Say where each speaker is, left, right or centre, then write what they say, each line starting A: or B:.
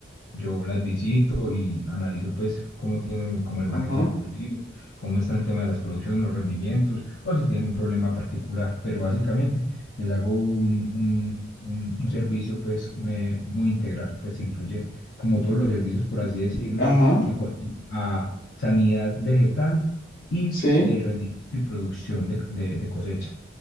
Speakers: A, on the left (about 70°); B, on the left (about 50°).
A: yo las visito y analizo pues cómo tienen como el
B: Ajá,
A: manejo del cultivo, cómo está el tema de las producciones, los rendimientos o si tienen un problema particular. Pero básicamente les hago un, un- un- un servicio pues eh, muy integral, pues que incluye como todos los servicios por así decirlos
B: ajá.
A: en cuanto a sanidad vegetal y
B: Sí.
A: eh, rendimiento y producción de de- de cosecha.